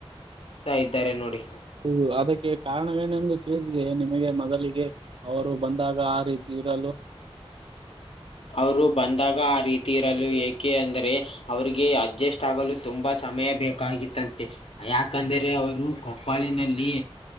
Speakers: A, on the left; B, on the right.
A: ತಾ ಇದ್ದಾರೆ ನೋಡಿ.
B: ಹೌದು ಅದಕ್ಕೆ ಕಾರಣವೇನೆಂದು ತಿಳಿದಿದೆಯೇ ನಿಮಗೆ ಮೊದಲಿಗೆ. ಅವರು ಬಂದಾಗ ಆ ರೀತಿ ಇರಲು.
A: ಅವರು ಬಂದಾಗ ಆ ರೀತಿ ಇರಲು ಏಕೆ ಅಂದರೆ ಅವ್ರಿಗೆ ಅಡ್ಜಸ್ಟ್ ಆಗಲು ತುಂಬಾ ಸಮಯ ಬೇಕು. ತಾಗಿತ್ತಂತೆ ಯಾಕಂದ್ರೆ ಅವರು ಕೊಪ್ಪಳಿನಲ್ಲಿ